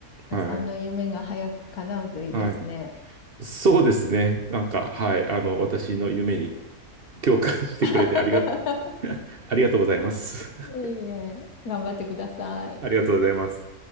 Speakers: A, on the left (about 80°); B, on the right (about 45°).
A: 原さんの夢が早く叶うといいですね。
B: はい。はい。そうですね。なんか、はい。あの、私の夢に共感してくれてありが、
A: <laughs>
B: <laughs> ありがとうございます。<laughs>
A: いえいえ、頑張ってください。
B: ありがとうございます。